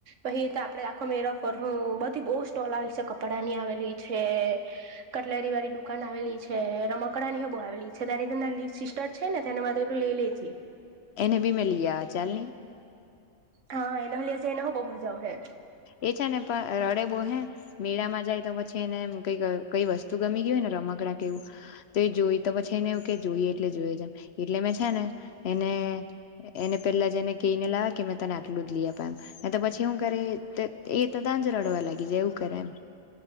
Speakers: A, on the right; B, on the left.
A: પછી તો આપણે આખો મેળા ફર હું બહુ સ્ટોલ આવેલી છે કપડાની આવેલી છે લારીવાળી દુકાન આવેલી છે. રમકડાની બહુ આવેલી છે તારી નાનલી સિસ્ટર છે ને તેના માટે પણ લઈ લે. જી.
B: એને બી મે લઈ આવા ચાલની.
A: હા, એને લીધે હો બહૂ મજા આવ હે
B: એ છે ને પણ રડે બો હે મેળામાં જાય તો પછી એને કઈ, કઈ વસ્તુ ગમી ગઈ હોય ને રમકડા કેવું, તે જોઈ તો પછી એને એવું કે જોઈએ. એટલે જોઈએ. એટલે મે છે ને એને, એને પેલા જેને કહીને લાવ કે મે તને આટલું લઈ આપા. એમ તો પછી શું કરે એ તો તાજ રડવા લાગી જાય એવું કરે એમ.